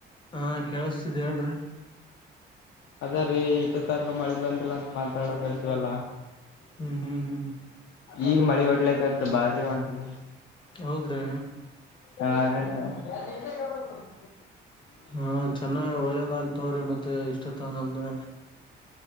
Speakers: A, on the left; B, on the left.
A: ಹಾ ಕೇಳಸ್ತಿದೆ ಹೇಳ್ರಿ
B: ಅದ ರೀ ಇತ್ ತಕ ಮಳೆ ಬಂದಿಲ್ಲ ಅಂತ ಮಾತಾಡಕತ್ವಲ್ಲ.
A: ಹ್ಮ್ ಹ್ಮ್ ಹ್ಮ್
B: ಈಗ ಮಳೆ ಓಡ್ಲಕ್ಕಾದ್ದು ಬಾರಿ ಉಂಟದ್ರ್
A: ಹೌದ್ರಿ
B: ಹಾ <unintelligible>
A: ಹಾ ಚಲೋ ಒಳ್ಳೆದಾಗ್ಲ್ ತವ್ರ ಮತ್ತೆ ಇಷ್ಟ ತಾನಂದು